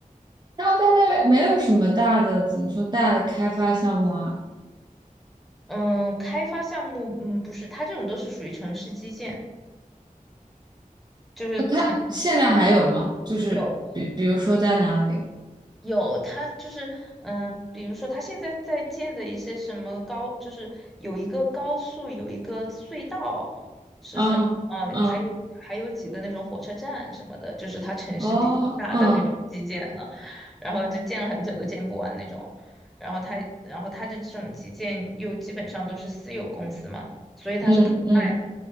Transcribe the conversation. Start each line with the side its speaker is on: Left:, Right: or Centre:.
Right: 然后大概没有什么大的，怎么说大的开发项目啊？
Centre: 嗯，开发项目，嗯，不是，它这种都是属于城市基建，就是城
Right: 呃它现在还有吗？就是比比如说在哪里？
Centre: 有有，他就是，嗯，比如说他现在在建的一些什么高，就是有一个高速，有一个隧道，是什么？
Right: 嗯嗯
Centre: 呃，还有还有几个那种火车站什么的，就是他城市比较大的那种基建了，
Right: 哦嗯
Centre: 然后就建了很久都建不完那种，然后他，然后他的这种基建又基本上都是私有公司嘛，所以他是可以卖。
Right: 嗯嗯